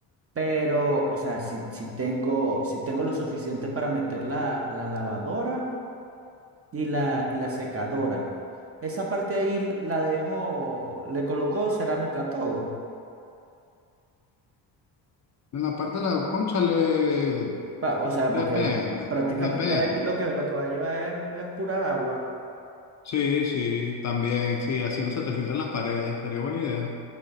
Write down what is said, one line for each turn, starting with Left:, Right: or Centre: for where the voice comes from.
Right: pero, o sea, si, si tengo, si tengo lo suficiente para meter la, la lavadora. Y la, y la secadora. Esa parte ahí l- la dejó, le colocó cerámica a todo.
Left: En la parte de la cónchale,
Right: Va, O sea,
Left: depende,
Right: porque prácticamente
Left: depende.
Right: ahí lo que, lo que va a llevar es, es pura agua.
Left: Sí, sí, también, sí, así no se te filtran las paredes, sería buena idea.